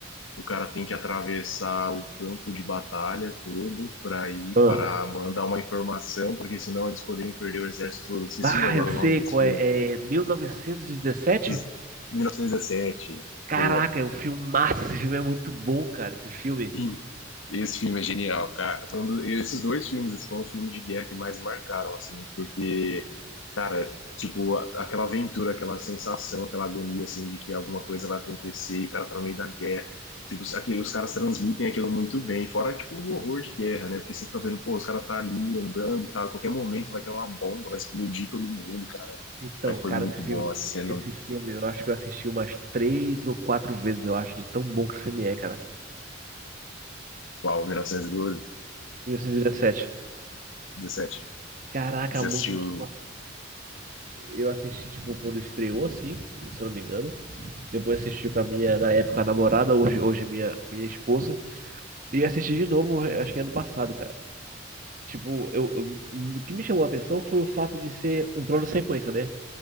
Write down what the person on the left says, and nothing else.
O cara tem que atravessar o campo de batalha todo para ir
para mandar uma informação, porque senão eles poderiam perder o exército todo. Esqueci
agora
o nome
desse
filme.
Esses- 1917.
Boa,
Sim. Esse filme é genial, cara. Falando, esses dois filmes esses foram os filmes de guerra que mais marcaram, assim, porque, cara, tipo, a- aquela aventura, aquela sensação, aquela agonia, assim, de que alguma coisa vai acontecer e o cara tá no meio da guerra. Tipo, os- aquele, os caras transmitem aquilo muito bem, fora, tipo, o horror de guerra, né? Porque você fica vendo, pô, os caras tá ali andando e tal, qualquer momento vai cair uma bomba, vai explodir todo mundo, cara.
Mas foi
muito
bom a cena,
qual, 1912?
dezessete
Você
assistiu.